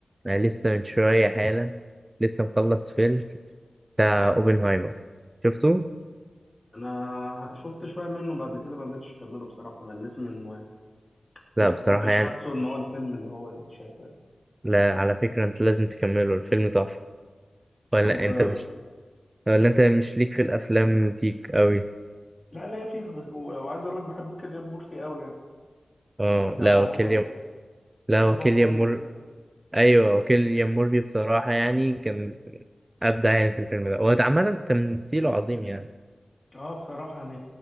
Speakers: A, on the right (about 25°); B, on the left (about 25°).
A: انا لسه من شويه حالا لسه مخلص فيلم بتاع اوبنهايمر شفته
B: انا شفت شويه منه بعد كده ما قدرتش اكمله بصراحه مليت منه يعني
A: لا
B: ما
A: بصراحه
B: كنتش
A: يعني
B: حاسه ان هو الفيلم اللي هو يتشاف يعني
A: لا على فكره انت لازم تكمله الفيلم تحفه ولا
B: طب
A: انت مش ولا انت مش ليك في الافلام ديك قوي
B: لا ليا فيها بس و- وعايز اقول لك بحب كيليان مورفي قوي يعني
A: اه
B: متابعه
A: لا وكيليام
B: كويس
A: لا
B: متابعه
A: وكيليام
B: كويس
A: مور ايوه وكيليام موربي بصراحه يعني كان ابدع يعني في الفيلم ده هو عامه تمثيله عظيم يعني
B: اه بصراحه يعني